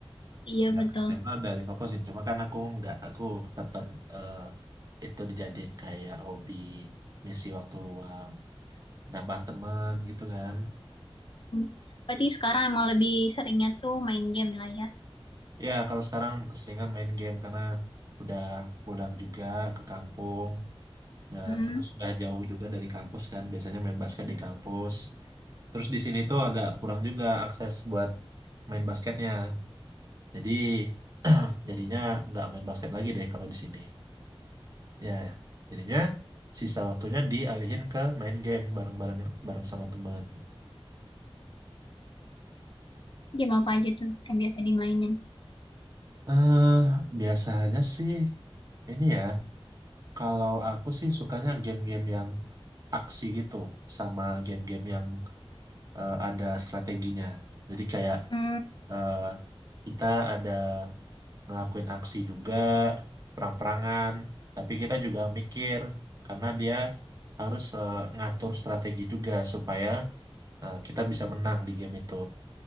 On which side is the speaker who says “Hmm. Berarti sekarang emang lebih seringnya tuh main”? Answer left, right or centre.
Left